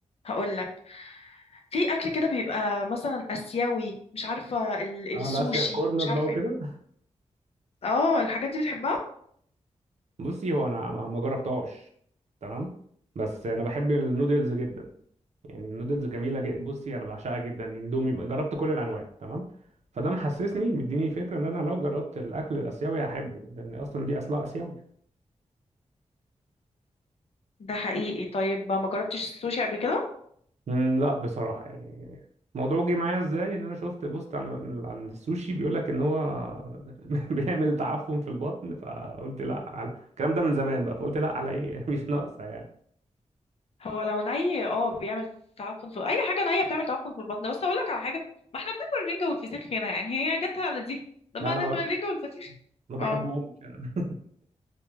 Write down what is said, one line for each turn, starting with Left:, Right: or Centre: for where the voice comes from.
Left: هقول لك في اكل كده بيبقى مثلا اسيوي مش عارفه ال-
Right: اه
Left: السوشي
Right: الاسيان كورنر
Left: مش
Right: بقى
Left: عارفه
Right: وكده
Left: ايه اه الحاجات دي بتحبها
Right: بصي هو انا ما ما جربتهاش تمام بس انا بحب النودلز جدا يعني النودلز جميله جدا بصي انا بعشقها جدا اندومي جربت كل الانواع تمام فده محسسني مديني فكره ان انا لو جربت الاكل الاسيوي هحبه لان اصلا دي اصلها اسيوي
Left: ده حقيقي طيب ما جربتش السوشي قبل كده
Right: مم، لا بصراحه يعني الموضوع جه معايا ازاي ان انا شفت بوست عن عن السوشي بيقول لك ان هو <laughs> بيعمل تعفن في البطن فقلت لا على الكلام ده من زمان بقى فقلت لا على ايه <laughs> مش ناقصه يعني
Left: هو لو ني اه بيعمل تعفن في اي حاجه نيه بتعمل تعفن في البطن بس اقول لك على حاجه ما احنا بناكل الرنجه والفسيخ هنا يعني هي جاتها على دي طب
Right: لا
Left: ما
Right: انا
Left: ده
Right: ما
Left: ما الرنجه والفسيخ
Right: ما بحبهمش
Left: اه
Right: انا